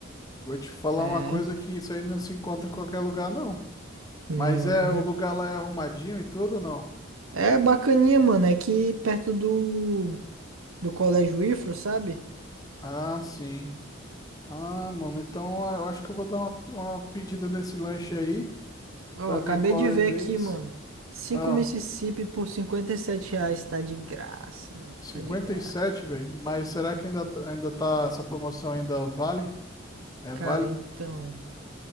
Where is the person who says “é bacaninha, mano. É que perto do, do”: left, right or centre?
Right